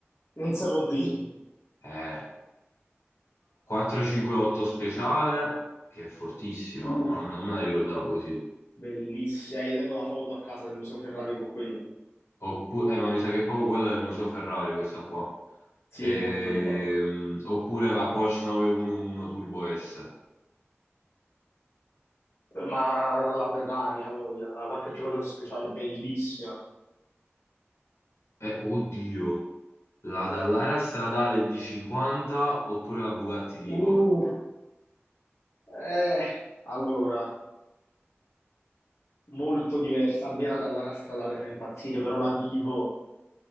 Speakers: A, on the left; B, on the left.
A: Non si può dire.
B: eh. 458 speciale, che è fortissima.
A: Uh.
B: Mamma, non me la ricordavo così.
A: Bellissima, Eh, io tengo la foto a casa del Museo Ferrari con quella.
B: Oppure, eh, ma mi sa che è proprio quella del Museo Ferrari, questa qua.
A: Sì,
B: Ehm,
A: è molto probabile.
B: oppure la Porsche 911 Turbo S.
A: Eh, Ma la Ferrari, ha voglia, la qualche giocatore speciale, bellissima.
B: Eh, oddio. La Dallara stradale D50 oppure la Bugatti Divo?
A: Uh, eh, allora, molto diversa. A me la Dallara Stradale fa impazzire, però la Divo,